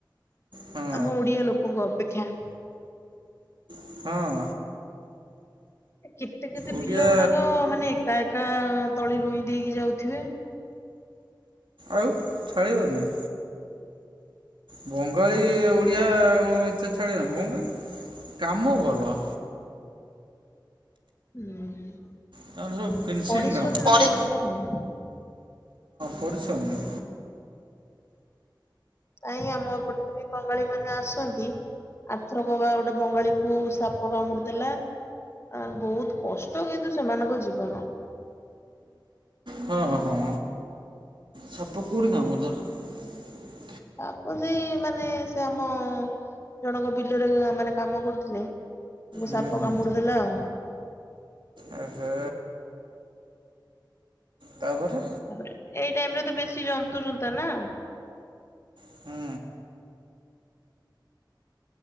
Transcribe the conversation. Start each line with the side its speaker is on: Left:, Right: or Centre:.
Right: ହଁ
Left: ଆମ ଓଡିଆ ଲୋକଙ୍କ ଅପେକ୍ଷା।
Right: ହଁ
Left: କେତେ କେତେ
Right: ଓଡ଼ିଆ
Left: ବିଲ ଗୁଡାକ ମାନେ ଏ ଏକା ଏକା ତଳି ରୁଇଁ ଦେଇକି ଯାଉଥିବେ।
Right: ଆଉ ଛାଡ଼ିବନି। ବଙ୍ଗାଳୀ ଓଡିଆ ଏତେ ଛାଡିବ ବଙ୍ଗାଳୀ କାମ ଭଲ।
Left: ହୁଁ।
Right: ତାଙ୍କର ସବୁ ଫିନସିଂ
Left: ପରିଶ୍ରମୀ
Right: କାମ।
Left: ଲୋକ
Right: ହଁ
Left: ଗୁଡାକ ଆଉ।
Right: ପରିଶ୍ରମି଼।
Left: ନାଇ ଆମ ଏପଟେ ବି ବଙ୍ଗାଳୀ ମାନେ ଆସନ୍ତି ଆଥର କ ବା ଗୋଟେ ବଙ୍ଗାଳୀ କୁ ସାପ କାମୁଡିଥିଲା ଆ ବହୁତ କଷ୍ଟ କିନ୍ତୁ ସେମାନଙ୍କ ଜୀବନ।
Right: ହୁଁ। ହଁ ହଁ ସାପ କାଉଠି କାମୁଡ଼ିଲା ଦେଲା?
Left: ସାପ ସେଇ ସେ ମାନେ ସେ ଆମ ଜଣଙ୍କ ବିଲରେ ମାନେ କାମ କରୁଥିଲେ ତାଙ୍କୁ
Right: ହୁଁ
Left: ସାପ କାମୁଡିଦେଲା ଆଉ।
Right: ଏ ହେ। ତାପରେ?
Left: ତାପରେ ଏଇ ଟାଇମ ରେ ତ ବେଶୀ ଯନ୍ତୁ ଜତା ନା।
Right: ହୁଁ